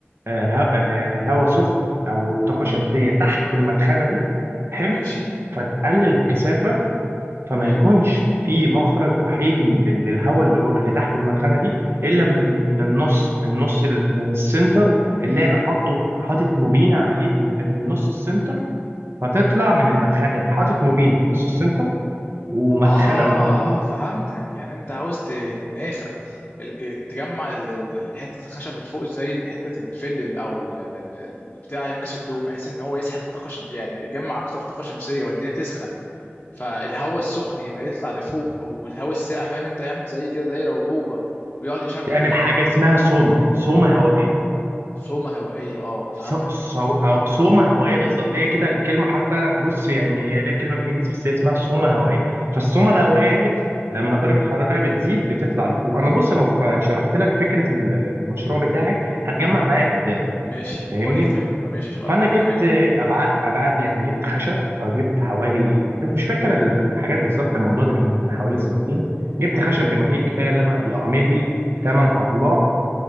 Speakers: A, on the right (about 65°); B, on the left (about 25°).
A: آه، هوا آه، هوا سخن او طاقه شمسيه تحت المدخنه دي حلو
B: ماشي
A: فتقلل الكثافه فما
B: حلو
A: يكونش في مخرج وحيد من- لل- للهواء اللي جو- اللي تحت المدخنه دي الا من ال- من النص من نص ال- من السنتر اللي انا حاطه حاطط موبينه عليه في ال- في النص السنتر فتطلع من المدخنه دي حاطط موبينه في نص السنتر ومدخنه
B: اه
A: من
B: فهمتك يعني انت عاوز ت- ت- من الاخر ال- إيه، تجمع ال- ال- ال- حته الخشب اللي فوق زي حته الفل او ال- ال- ال- البتاع يعكس الضوء بحيث ان هو يسحب الطاقه الشم... يعني يجمع اكتر طاقه شمسيه والدنيا تسخن فالهواء السخن يبقى يطلع لفوق والهواء الساقع فاهم انت يعمل زي كده دايره وجوه ويقعد يشغل
A: تعمل حاجه اسمها سوما سوما هوائيه
B: سومه هوائيه اه فهمتك
A: سو سو أو صومة هوائية بالظبط هي كده الكلمة حتى بص يعني هي ليها كلمة بالإنجليزي بس هي اسمها صومة هوائية فالصومة
B: ايوه
A: الهوائية دي لما درجة حرارتها بتزيد بتطلع لفوق أنا بص لو ف- شرحت لك فكرة ال- المشروع بتاعي هتجمع معايا قدام
B: ماشي
A: فاهمني
B: قول لي طيب آه، ماشي هبقى
A: فأنا
B: معاك
A: جبت
B: حلو
A: أبعاد أبعاد يعني جبت خشب أو جبت حوالي مش فاكر الحاجات بالظبط الموضوع ده كنا من حوالي سنتين جبت خشب بما فيه الكفاية اللي أنا يعمل لي 8 أضلاع